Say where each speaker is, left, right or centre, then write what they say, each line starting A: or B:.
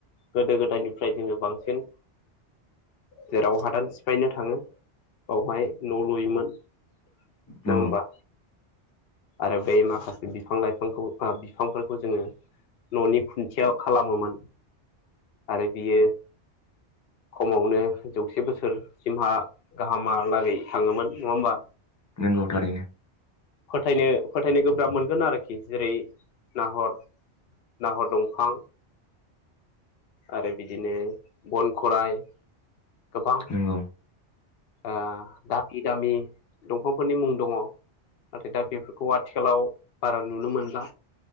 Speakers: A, on the left (about 65°); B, on the left (about 25°).
A: गोदो गोदायनिफ्राय जोङो बांसिन जेराव हादान सिफायनो थाङो बावहाय न लुयोमोन। नङा
B: नंगौ
A: होनबा। आरो बे माखासे बिफां लाइफांखौ ओ बिफांफोरखौ जोङो। ननि खुन्थिया खालामोमोन आरो बियो खमावनो जौसे बोसोर सिमहा गाहामहालागै थाङोमोन नङा होमबा?
B: नंगौ थारैनो।
A: फोथायनो फोथायनो गोब्राब मोनगोन आरोखि जेरै नाहर नाहर दंफां आरो बिदिनो बन खराइ। गोबां
B: नंगौ
A: ओ दामि दामि दंफांफोरनि मुं दङ। नाथाय दा बेफोरखौ आथिखालाव बारा नुनो मोनला।